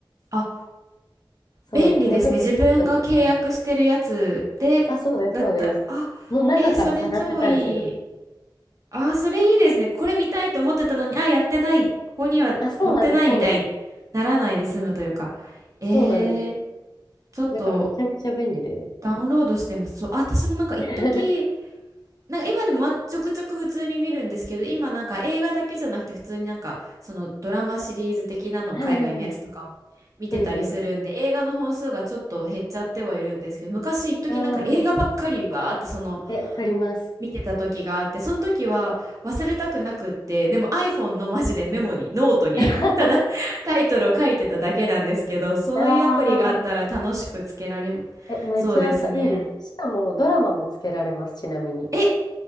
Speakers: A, on the right; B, on the left.
A: あ、
B: その、
A: 便利ですね。
B: ネットフリックスって、
A: 自分が契約してるやつで、
B: あ、そうです、
A: だったら、
B: そうです。
A: あ、
B: の中から探せたりするんです。
A: えーそれ超いい。あー、それいいですね。これ見たいと思ってたのに、あ、やってない。ここには載ってないみたいにならないで済むというか。
B: あ、そうなんです、そうなんです。
A: え
B: そうなんですよ。
A: ー、ちょっと
B: だからめちゃめちゃ便利で。
A: ダウンロードしてます。そう、あ、私もなんか一時
B: <laughs> は
A: なんか今でもまちょくちょく普通に見るんですけど、今なんか映画だけじゃなくて普通になんかそのドラマシリーズ的なのを海外のやつとかを見てたりするんで、
B: いはいはい。うんうん。
A: 映画の本数がちょっと減っちゃってはいるんですけど、昔一時なんか映画ばっかりわーってその
B: ああ、え、わかります。
A: 見てた時があって、その時は忘れたくなくって、でも iPhone のマジでメモに、ノートに
B: <laughs> あ
A: <laughs> ただタイトルを書いてただけなんですけど、そういうアプリがあったら楽しくつけられ、
B: あ、え、めちゃたいいです。
A: そうですね。
B: しかもドラマもつけられます、ちなみに。
A: え、